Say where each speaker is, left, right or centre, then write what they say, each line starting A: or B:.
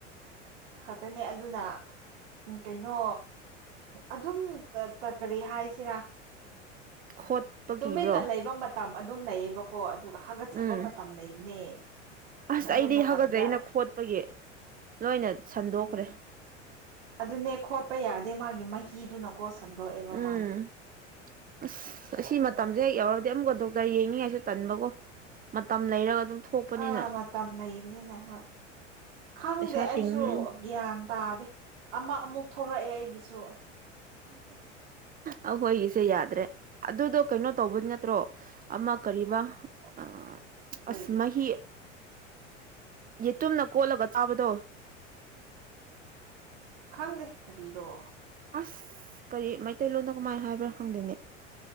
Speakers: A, on the right; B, on the right.
A: ꯈꯛꯇꯅꯦ ꯑꯗꯨꯅ ꯀꯩꯅꯣ ꯑꯗꯨꯝ ꯀꯔꯤ ꯍꯥꯏꯁꯤꯔꯥ
B: ꯈꯣꯠꯄ
A: ꯇꯨꯃꯤꯟꯅ
B: ꯀꯤꯕ꯭ꯔꯣ
A: ꯂꯩꯕ ꯃꯇꯝ ꯑꯗꯨꯝ ꯂꯩꯌꯦꯕꯀꯣ ꯑꯗꯨꯒ ꯍꯥꯒꯠꯆꯕ
B: ꯎꯝ
A: ꯃꯇꯝ ꯂꯩꯕꯅꯦ
B: ꯑꯁ
A: ꯑꯗꯨ
B: ꯑꯩꯗꯤ
A: ꯃꯇꯝꯗ
B: ꯍꯧꯒꯠꯗ꯭ꯔꯦ ꯑꯩꯅ
A: ꯑꯁ
B: ꯈꯣꯠꯄꯒꯤ ꯂꯣꯏꯅ ꯁꯟꯗꯣꯛꯈ꯭ꯔꯦ
A: ꯎꯝ ꯑꯗꯨꯅꯦ ꯈꯣꯠꯄ ꯌꯥꯗꯦ ꯃꯥꯒꯤ ꯃꯍꯤꯗꯨꯅꯀꯣ ꯁꯟꯗꯣꯛꯑꯦꯕ
B: ꯎꯝ
A: ꯃꯥꯗꯤ
B: ꯑꯁ ꯑꯁꯤ ꯃꯇꯝꯁꯦ ꯍꯦꯛ ꯌꯥꯎꯔꯗꯤ ꯑꯃꯨꯛꯀꯗꯧ ꯗ ꯌꯦꯡꯅꯤꯡꯉꯥꯏꯁꯨ ꯇꯟꯕꯀꯣ ꯃꯇꯝ ꯂꯩꯔꯒ ꯑꯗꯨꯝ ꯊꯣꯛꯄꯅꯤꯅ
A: ꯑꯥ ꯃꯇꯝ ꯂꯩꯕꯅꯤꯅꯦ ꯍꯣꯏ ꯈꯪꯗꯦ
B: ꯄꯩꯁꯥ
A: ꯑꯩꯁꯨ
B: ꯇꯤꯡꯉꯦ
A: ꯒ꯭ꯌꯥꯟ ꯇꯥꯗꯦ ꯑꯃꯛ ꯑꯃꯨꯛ ꯊꯣꯔꯛꯑꯦ ꯑꯩꯒꯤꯁꯨ
B: ꯑꯩꯈꯣꯏꯒꯤꯁꯦ ꯌꯥꯗ꯭ꯔꯦ ꯑꯗꯨꯗꯣ ꯀꯩꯅꯣ ꯇꯧꯕ ꯅꯠꯇ ꯅꯠꯇ꯭ꯔꯣ ꯑꯃ ꯀꯔꯤꯕ ꯑꯥ
A: ꯀꯔꯤ
B: ꯑꯁ ꯃꯍꯤ ꯌꯦꯇꯨꯝꯅ ꯀꯣꯠꯂꯒ ꯆꯥꯕꯗꯣ
A: ꯈꯪꯗꯦ ꯀꯔꯤꯔꯣ
B: ꯑꯁ ꯀꯔꯤ ꯃꯩꯇꯩꯂꯣꯟꯗ ꯀꯃꯥꯏꯅ ꯍꯥꯏꯕ꯭ꯔꯥ ꯈꯪꯗꯦ